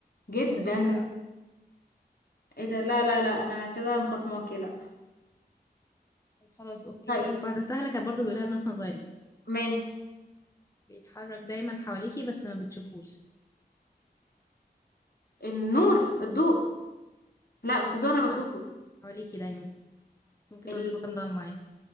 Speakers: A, on the left (about 65°); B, on the left (about 20°).
A: جدا
B: <laughs> جدا الصراحة
A: ايه ده لا لا لا انا كده مخصماكي لا
B: طب خلاص أوكي
A: طيب
B: هقول لك واحدة سهلة كانت برضه بيقولها لنا واحنا صغيرين
A: ماشي
B: بيتحرك دايما حواليكي بس ما بتشوفوش
A: النور الضوء لا بس
B: لا
A: الضوء
B: بيتحرك
A: انا بشوفه
B: حواليكي دايما انت ممكن
A: ال...
B: تقعدي في مكان ضلمة عادي